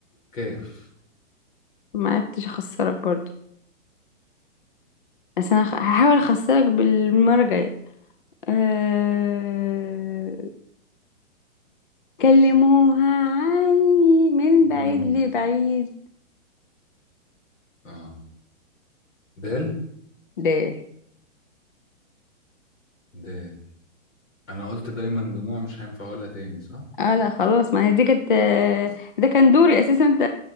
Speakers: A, on the left; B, on the left.
A: كاف
B: ما عرفتش اخسرك برضو بس انا خ- هحاول اخسرك بالمرة الجاية أه... كلموها عني من
A: مم.
B: بعيد لبعيد
A: اه دال
B: ده
A: دال انا قلت دايما دموع مش هينفع اقولها تاني صح
B: اه لا خلاص ما هي دي كانت آه، ده كان دوري اساسا انت